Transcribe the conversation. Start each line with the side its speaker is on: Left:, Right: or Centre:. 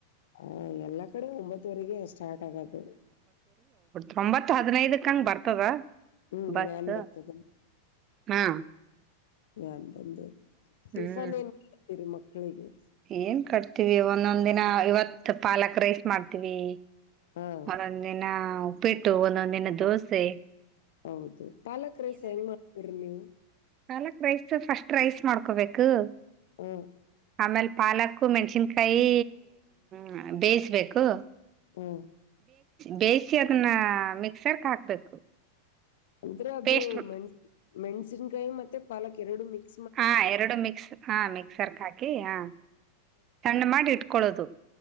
Left: ಹ ಎಲ್ಲಾ ಕಡೆ ಒಂಬತ್ತವರೆಗೆ ಸ್ಟಾರ್ಟ್ ಆಗ್ದದು
Right: ಒಬತ್ತು ಹದಿನೈದ ಅಂಗ ಬರ್ತದ
Left: ಹ್ಮ್
Right: ಬಸ್
Left: ವ್ಯಾನ್ ಬರ್ತದ
Right: ಹಾ
Left: ನಾನ್ ಬಂದು ಟಿಫನ್
Right: ಹ್ಮ್
Left: ಏನ್ ಮಾಡತೀರಿ ಮಕ್ಕಳಿಗೆ
Right: ಏನ್ ಕಟ್ತಿವಿ ಒಂದೊಂದ್ ದಿನ ಇವತ್ ಪಾಲಕ್ ರೈಸ್ ಮಾಡ್ತೀವಿ
Left: ಹಾ
Right: ಒಂದೊಂದ್ ದಿನ ಉಪ್ಪಿಟ್ಟು ಒಂದೊಂದ ದಿನ ದೋಸೆ
Left: ಹೌದು ಪಾಲಕ ರೇಸ ಹೆಂಗ್ ಮಾಡ್ತರಿ ನೀವು
Right: ಹಾಲಕ್ ರೈಸ್ ಫಸ್ಟ್ ರೈಸ್ ಮಾಡ್ಕೋಬೇಕು
Left: ಹ್ಮ
Right: ಆಮೇಲ್ ಪಾಲಕು ಮೆಣ್ಸಿನ್ಕಾಯಿ ಹ ಬೇಯಿಸಬೇಕು
Left: ಹಓ
Right: ಬೇಯಿಸಿ ಅದನ್ನ ಮಿಕ್ಸರ್ಕ್ ಹಾಕ್ಬೇಕು
Left: ಅಂದ್ರ ಅದು
Right: ಪೇಸ್ಟ್
Left: ಮೆಣಸ ಮೆಣ್ಸಿನ್ಕಾಯಿ ಮತ್ತೆ ಪಾಲಕ್ ಎರಡು ಮಿಕ್
Right: ಹಾ ಎರಡು ಮಿಕ್ಸ್ ಹಾ ಮಿಕ್ಸರ್ಕ್ ಹಾಕಿ ಹ ಸಣ್ಣ ಮಾಡಿ ಇಟ್ಕೊಳ್ಳದು